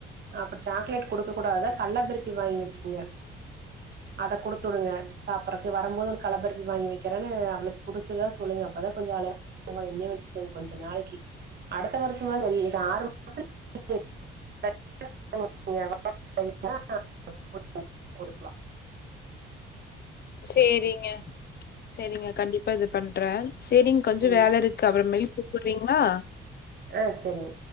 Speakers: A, on the right; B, on the left.
A: அப்புறோ சாக்லேட் கொடுக்க கூடாதுதா கள்ளப்பருப்பி வாங்கி வெச்சுங்க அத குடுத்துடுங்க சாப்பிறதுக்கு வரும்போது கள்ளப்பருப்பி வாங்கி வெக்கிறேனு அவுளுக்கு புடிச்சுதா சொல்லுங்க அப்பதா கொஞ்சோ அழ <inaudible> கொஞ்சோ நாளிக்கி அடுத்த வருஷம்லா தெரியு <inaudible> <inaudible>
B: சேரிங்க சேரிங்க கண்டிப்பா இது பண்றே சேரிங்க கொஞ்சோ
A: ம்
B: வேல இருக்கு அப்புற மேல் கூப் சொல்றீங்குளா
A: அ சேரிங்க